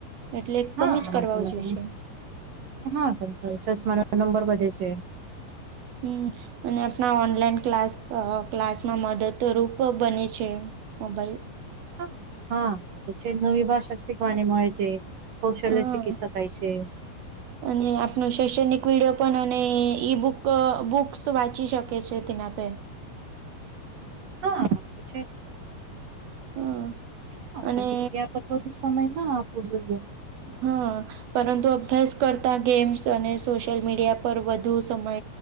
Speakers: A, on the right; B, on the right.
A: એટલે
B: હા
A: કમી
B: આરામ
A: જ કરવાઉં જે છે.
B: હા, તો-તો ચશ્મા ના નંબર વધે છે.
A: હમ અને આપણા ઓનલાઈન ક્લાસ ક્લાસમાં મદદરૂપ બને છે મોબાઈલ
B: <unintelligible> હા તો છે નવી ભાષા શીખવાની મળે છે કૌશલ્ય
A: હા
B: શીખી શકાાય છે
A: અને આપણ શૈક્ષણિક વિડીિયો પણ અને ઈ બુક બુક્સ વાંચી શક <unintelligible> કે છે દના પે
B: હા પૂછે છે
A: હમ
B: હા
A: અને
B: પણ મીડિયા પર બધું સમય ના આપવો જોઈએ
A: હા પરંતુ અભ્યાસ કરતા ગેમ્સ અને સોશિયલ મીડિયા પર વધુ સમય